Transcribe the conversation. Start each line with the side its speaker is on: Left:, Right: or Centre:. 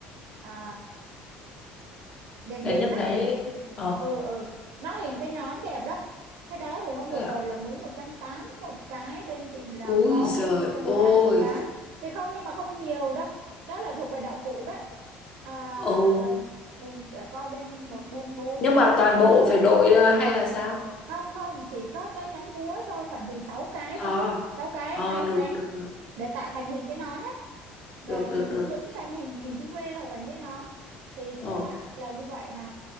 Right: à, đèn
Left: Đèn
Right: điện
Left: nhấp
Right: á
Left: nháy. Ờ.
Right: ừ ừ nó hình cái nón đẹp lắm cái đó thì hôm vừa
Left: Thế
Right: rồi
Left: à?
Right: là mướn một trăm tám một cái bên chị là
Left: Úi
Right: có
Left: giời
Right: mướn một trăm tám
Left: ôi.
Right: một cái thì không nhưng mà không nhiều đâu đó là thuộc về đạo cụ đấy à,
Left: Ồ.
Right: mình sẽ coi bên một bên bốn
Left: Nhưng
Right: hoặc
Left: mà
Right: là
Left: toàn
Right: một
Left: bộ
Right: bên năm
Left: phải đội ờ, hay là sao?
Right: không không chỉ có cái nón búa thôi khoảng chừng 6 cái
Left: Ờ,
Right: thôi 6 cái
Left: ờ
Right: hai
Left: được
Right: cánh
Left: được được
Right: để tạo thành hình cái nón ấy để
Left: được
Right: mình
Left: được được.
Right: cũng đứng thêm hình hình chữ V hoặc là cái nón thì
Left: Ồ,
Right: trước mắt là như vậy hả?